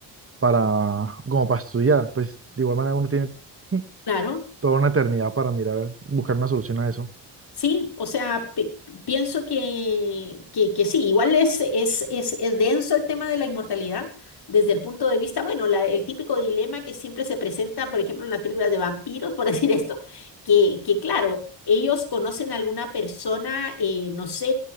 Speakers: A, on the right (about 30°); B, on the left (about 60°).
A: para, como para estudiar. Pues de igual manera uno tiene mm,
B: Claro.
A: toda una eternidad para mirar, buscar una solución a eso.
B: Sí, o sea, pi- pienso que, que, que sí, igual es, es, es, es denso el tema de la inmortalidad desde el punto de vista, bueno, la- el típico dilema que siempre se presenta, por ejemplo, en las películas de vampiros, por <laughs> decir esto, que, que claro, ellos conocen a alguna persona, eh, no sé,